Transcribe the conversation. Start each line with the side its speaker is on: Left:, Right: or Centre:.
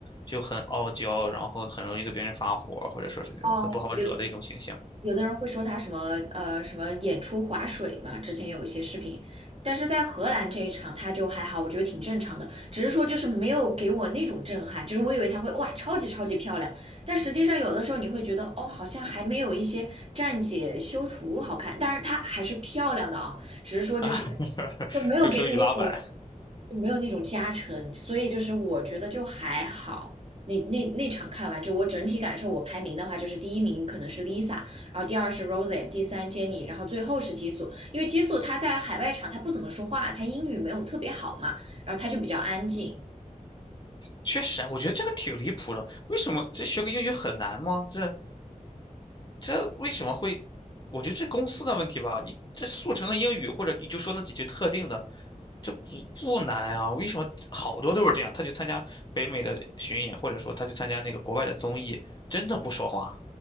Left: 就很傲娇，然后很容易跟别人发火，或者说是那种很不好惹的一种形象
Right: 哦，有。有的人会说他什么呃什么演出划水嘛，之前有一些视频，但是在荷兰这一场他就还好，我觉得挺正常的，只是说就是没有给我那种震撼，就是我以为他会哇超级超级漂亮，但实际上有的时候你会觉得哦好像还没有一些站姐修图好看，但是她还是漂亮的啊，只是说就是
Left: 啊，<laughs>
Right: 就没有给你那种
Left: 就说语拉满，
Right: 没有那种加成，所以就是我觉得就还好。那那那场看完之后，我整体感受，我排名的话就是第一名可能是 Lisa，然后第二是 Rosie，第三 Jenny，然后最后是激素。因为激素他在海外场他不怎么说话，他英语没有特别好嘛，然后他就比较安静。
Left: 确实啊我觉得这个挺离谱的，为什么这学个英语很难吗？这这为什么会？我觉得这公司的问题吧，你这速成个英语，或者你就说那几句特定的。这不不难啊，为什么好多都是这样？他去参加北美的巡演，或者说他去参加那个国外的综艺，真的不说话。